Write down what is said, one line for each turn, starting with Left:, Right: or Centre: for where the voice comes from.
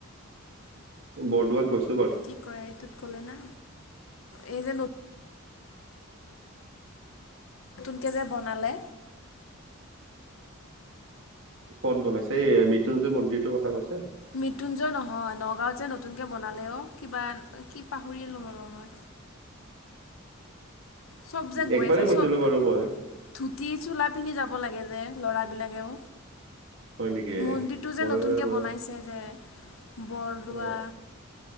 Right: বৰদুৱাট গৈছোঁ।
Left: কি কয় এইটোত গলে না? এই যে নতুনকৈ যে বনালে।
Right: ক'ত বনাইছে? এই মৃত্যুঞ্জয় মন্দিৰটোৰ কথা কৈছা?
Left: মৃত্যুঞ্জয় নহয়, নগাঁৱত যে নতুনকে বনালে অ, কিবা কি পাহৰিলোঁ ৰ মই। চ'ব যে গৈ
Right: একবাৰেই
Left: আছে,
Right: গৈছিলো
Left: চ'ব
Right: বাৰু মই
Left: ধূতি-চোলা পিন্ধি যাব লাগে যে ল'ৰা বিলাকেও।
Right: হয় নেকি
Left: মন্দিৰটো যে
Right: মই
Left: নতুনকে
Right: বাৰু
Left: বনাইছে যে, বৰদোৱা
Right: অ